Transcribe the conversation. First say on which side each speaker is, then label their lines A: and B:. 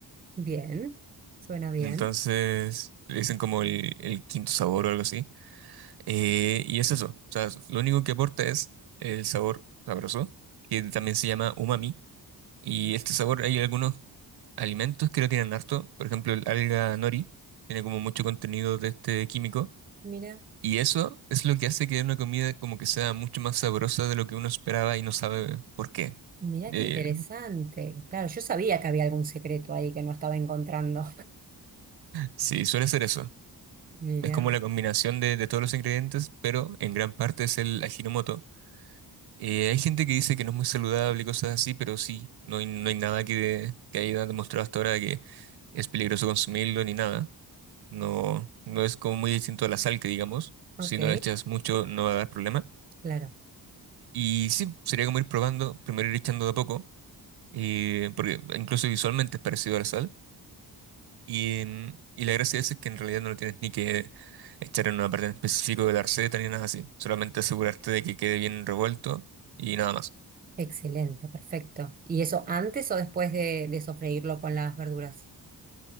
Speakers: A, on the right; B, on the right.
A: Bien, suena bien.
B: Entonces, le dicen como el, el quinto sabor o algo así. Eh, y es eso, o sea, lo único que aporta es el sabor sabroso, que también se llama umami. Y este sabor, hay algunos alimentos que lo tienen harto, por ejemplo, el alga nori, tiene como mucho contenido de este químico.
A: Mira,
B: Y eso es lo que hace que una comida como que sea mucho más sabrosa de lo que uno esperaba y no sabe por qué.
A: mira
B: Eh,
A: qué interesante. Claro, yo sabía que había algún secreto ahí que no estaba encontrando.
B: sí, suele ser eso.
A: <laughs> Mira,
B: Es como la combinación de, de todos los ingredientes, pero en gran parte es el ajinomoto Eh, hay gente que dice que no es muy saludable y cosas así, pero sí, no hay, no hay nada que, que haya demostrado hasta ahora que es peligroso consumirlo ni nada. No, no es como muy distinto a la sal que digamos.
A: ok,
B: Si no la echas mucho no va a dar problema.
A: claro.
B: Y sí, sería como ir probando, primero ir echando de a poco, eh, porque incluso visualmente es parecido a la sal. Y, em, y la gracia de eso es que en realidad no lo tienes ni que echar en una parte en específico de la receta ni nada así. Solamente asegurarte de que quede bien revuelto y nada más.
A: Excelente, perfecto. ¿Y eso antes o después de, de sofreírlo con las verduras?